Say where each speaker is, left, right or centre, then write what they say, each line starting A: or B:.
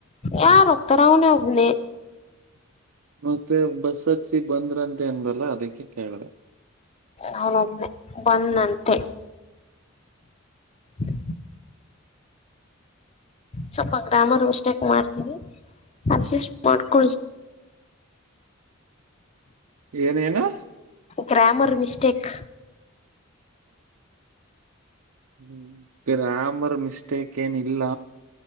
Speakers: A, on the left; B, on the right.
A: ಯಾರ ಒತರ ಅವನ ಒೋಗನೆ
B: ಮತ್ತೆ ಬಸ್ ಹಚ್ಚಿ ಬಂದ್ರಂತೆ ಅನ್ಲ್ಲ ಅದಕ್ಕೆ ಕೇಳಿದೆ
A: ಹೋಗ ಬಂದಂತೆ <inaudible> ಸ್ವಲ್ಪ ಗ್ರಾಮರ್ ಮಿಸ್ಟೇಕ್ ಮಾಡ್ತೀನಿ ಅಡ್ಜಸ್ ಮಾಡ್ಮ್ಟ
B: ಏನೇನು
A: ಗ್ರಾಮರ್ ಮಿಿಸ್ಟೇಕ್
B: ಹ್ಮ ಗ್ರಾಮರ್ ಮಿಸ್ಟೇಕ್ ಏನ ಇಿಲ್ಲ